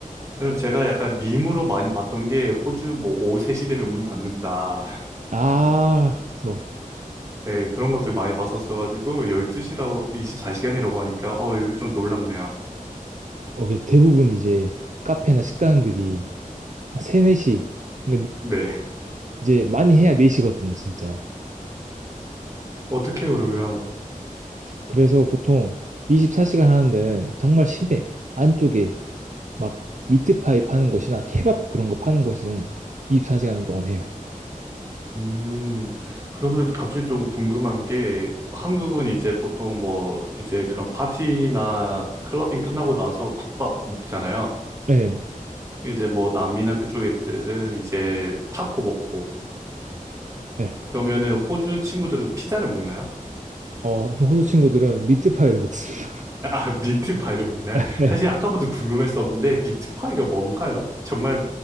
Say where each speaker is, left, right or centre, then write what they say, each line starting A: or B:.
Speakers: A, on the right; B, on the right.
A: 그럼 제가 약간 밈으로 많이 봤던 게 호주 뭐 오후 3시 되면 문 닫는다.
B: 아, 그쵸.
A: 네, 그런 것들 많이 봤었어가지고 12시라고 24시간이라고 하니까 어 이거 좀 놀랍네요.
B: 어, 이게 대부분 이제 카페나 식당들이 한 3, 4시, 그러니까
A: 네. <laughs>
B: 이제 많이 해야 4시거든요, 진짜.
A: 어떻게 해요, 그러면
B: 그래서 보통 24시간 하는 데는 정말 시내 안쪽에 막 미트파이 파는 곳이나 케밥 그런 거 파는 곳은 24시간 동안 해요.
A: 음 그러면 갑자기 좀 궁금한 게 한국은 이제 보통 뭐 이제 그런 파티나 클러빙 끝나고 나서 국밥 먹잖아요.
B: 네,
A: 이제 뭐 남미나 그쪽 애들은 이제 타코 먹고
B: 네.
A: 그러면은 호주 친구들은 피자를 먹나요?
B: 어, 호주 친구들은 미트파이를 먹습니다.
A: 아, 미트파이를 먹나요?
B: <laughs> 네.
A: 사실 아까부터 궁금했었는데, 미트파이가 뭔가요? 정말